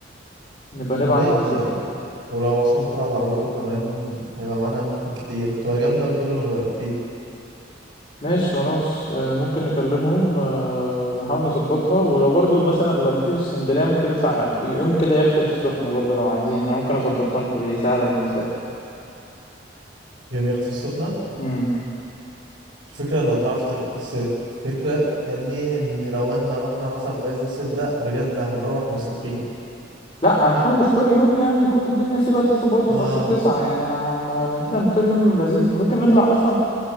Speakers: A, on the left (about 30°); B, on the right (about 80°).
A: نبقى نبعت
B: يا ريت
A: ونشوف
B: آه.
A: يعني
B: ولو عثمان طلع بعربيته كمان هيبقى معانا أماكن كتير هتبقى جامدة أوي كل ما نبقى كتير
A: ماشي خلاص آه، ممكن نكلمهم آه، ونحاول نظبطها ولو برضو مثلا لو مفيش اسكندرية ممكن نطلع يوم كده يخت في السخنة برضو لو عايزين انا ممكن اظبطها لكم دي سهلة بالنسبة لي
B: يوم يخطف السخنة
A: امم
B: الفكرة لو تعرف تخ... الس- الفكرة يا ابني إن لو إحنا رحنا مثلا في عز الصيف ده بجد هنروح مسلوخين
A: لا هنحاول نختار يوم يعني يكون الدنيا فيه لطيفة برضو
B: آه
A: في آخر تسعة يعني أنا أنا أنا كده هنختار يوم لذيذ وممكن نطلع أصلا